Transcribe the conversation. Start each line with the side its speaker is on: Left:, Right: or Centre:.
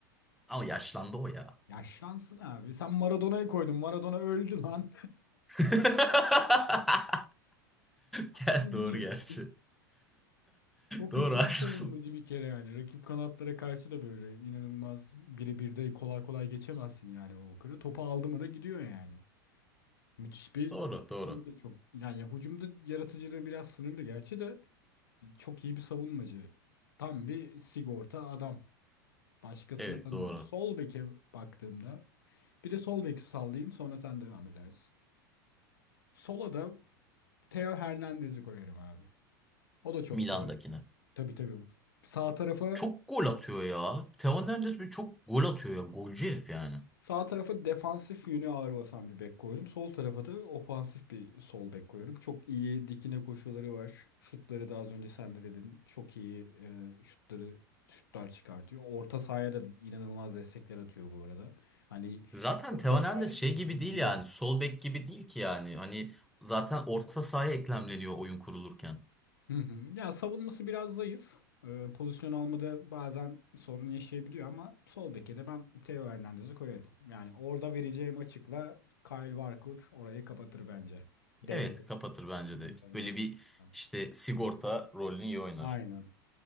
Centre: Ama yaşlandı o ya.
Left: Yaşlansın abi. Sen Maradona'yı koydun. Maradona öldü lan.
Centre: <laughs>
Left: <laughs> Haksız
Centre: Gel doğru
Left: mıyım?
Centre: gerçi. <laughs>
Left: Çok
Centre: Doğru
Left: hızlı
Centre: haklısın.
Left: bir savunmacı bir kere yani. Rakip kanatlara karşı da böyle inanılmaz birebir de kolay kolay geçemezsin yani Walker'ı. Topu aldı mı da gidiyor yani. Müthiş bir
Centre: Doğru
Left: hücumda
Centre: doğru.
Left: da çok. Yani ya hücumda yaratıcılığı biraz sınırlı gerçi de çok iyi bir savunmacı. Tam bir sigorta adam. Başkasını
Centre: Evet
Left: tanımam.
Centre: doğru.
Left: Sol beke baktığımda bir de sol beki sallayayım sonra sen devam edersin. Sola da Theo Hernandez'i koyarım abi. O da çok
Centre: Milan'dakine.
Left: böyle. Tabii tabii. Sağ tarafa
Centre: Çok gol atıyor ya. Theo Hernandez bir çok gol atıyor ya. Golcü herif yani.
Left: Sağ tarafı defansif yönü ağır basan bir bek koydum. Sol tarafa da ofansif bir sol bek koyuyorum. Çok iyi dikine koşuları var. Şutları da az önce sen de dedin. Çok iyi e, şutları şutlar çıkartıyor. Orta sahaya da inanılmaz destekler atıyor bu arada. Hani
Centre: Zaten
Left: orta
Centre: Theo Hernandez
Left: sahaya geliyor
Centre: şey gibi
Left: gidiyor
Centre: değil yani. Sol bek gibi değil ki yani. Hani zaten orta sahaya eklemleniyor oyun kurulurken.
Left: Hı hı. Ya savunması biraz zayıf. Ee, pozisyon almada bazen sorun yaşayabiliyor ama sol beke de ben Theo Hernandez'i koyarım. Yani orada vereceğim açıkla Kyle Walker orayı kapatır bence. Denge
Centre: Evet
Left: açısından,
Centre: kapatır bence
Left: oyun
Centre: de.
Left: dengesi.
Centre: Böyle bir
Left: açısından.
Centre: işte sigorta rolünü iyi oynar.
Left: Aynen.